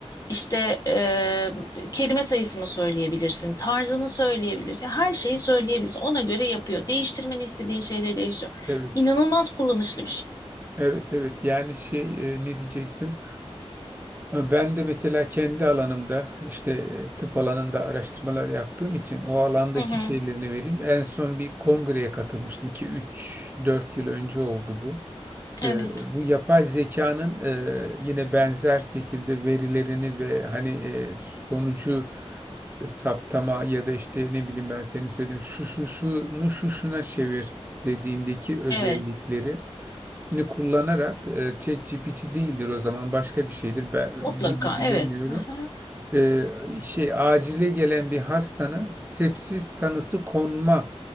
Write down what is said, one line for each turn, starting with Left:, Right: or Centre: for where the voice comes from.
Left: İşte eee, kelime sayısını söyleyebilirsin, tarzını söyleyebilirsin, her şeyi söyleyebilirsin. Ona göre yapıyor. Değiştirmeni istediğin şeyleri değiştiriyor.
Right: evet.
Left: İnanılmaz kullanışlı bir şey.
Right: Evet evet. Yani şey e, ne diyecektim? E, Ben de mesela kendi alanımda işte e, tıp alanında araştırmalar yaptığım için o alandaki
Left: Hı hı.
Right: şeylerini vereyim. En son bir kongreye katılmıştım ki üç dört yıl önce oldu bu.
Left: Evet,
Right: E, bu yapay zekanın e, yine benzer şekilde verilerini ve hani e, sonucu saptama ya da işte ne bileyim ben senin söylediğin şu şu şunu şu şuna çevir dediğindeki özellikleri
Left: evet,
Right: ni kullanarak e, ChatGPT değildir o zaman başka bir şeydir ben
Left: mutlaka,
Right: bil- bilemiyorum.
Left: evet. Hı hı.
Right: E, şey acile gelen bir hastanın sepsis tanısı konma